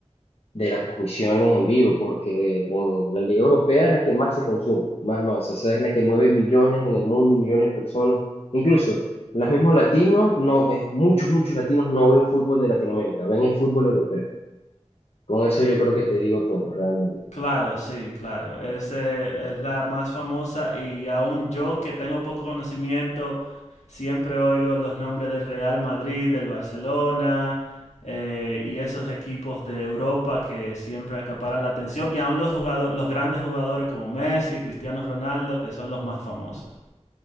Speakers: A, on the left (about 55°); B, on the left (about 75°).
A: de las transmisiones en vivo, porque en la Liga Europea es la que más se consume, más, más, esa es la que mueve millones en el mundo y millones de personas, incluso los mismos latinos, no, es- muchos, muchos latinos no ven fútbol de Latinoamérica, ven el fútbol europeo. Con eso yo creo que te digo todo, realmente.
B: Claro, sí, claro. Ese es la más famosa y aún yo que tengo poco conocimiento, siempre oigo los nombres del Real Madrid, del Barcelona eh, y esos equipos de Europa que siempre acaparan la atención y aún los jugadores, los grandes jugadores como Messi, Cristiano Ronaldo, que son los más famosos.